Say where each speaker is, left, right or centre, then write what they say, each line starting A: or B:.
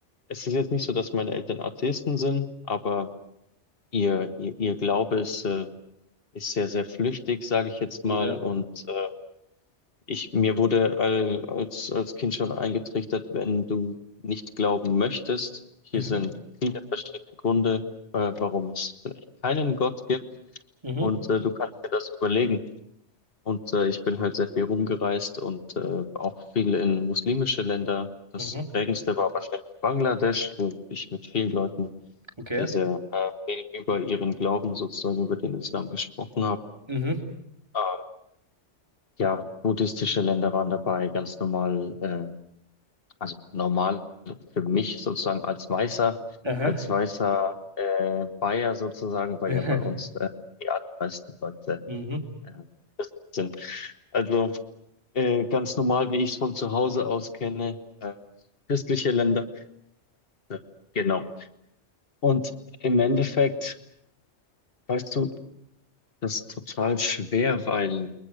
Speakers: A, on the left; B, on the right.
A: es ist jetzt nicht so, dass meine Eltern Atheisten sind, aber ihr, ihr, ihr Glaube ist, äh, ist sehr, sehr flüchtig, sage ich jetzt
B: ja,
A: mal. Und äh, ich, mir wurde all- als, als Kind schon eingetrichtert, wenn du nicht glauben möchtest, hier
B: mhm,
A: sind viele verschiedene Gründe, äh, warum es vielleicht keinen Gott gibt
B: mhm,
A: und äh, du kannst dir das überlegen. Und äh, ich bin halt sehr viel rumgereist und äh, auch viel in muslimische Länder. Das
B: mhm,
A: prägendste war wahrscheinlich Bangladesch, wo ich mit vielen Leuten
B: okay,
A: sehr, sehr äh, viel über ihren Glauben sozusagen, über den Islam gesprochen habe.
B: mhm,
A: Ähm, ja, buddhistische Länder waren dabei, ganz normal, äh, Also normal für mich sozusagen als weißer,
B: aha,
A: als weißer äh, Bayer sozusagen, weil
B: <laughs> mhm,
A: ja bei uns äh, die allermeisten Leute
B: mhm,
A: äh, sind. Also äh, ganz normal, wie ich es von zu Hause aus kenne, ähm, christliche Länder. Äh, genau. Und im Endeffekt, weißt du, das ist total schwer, weil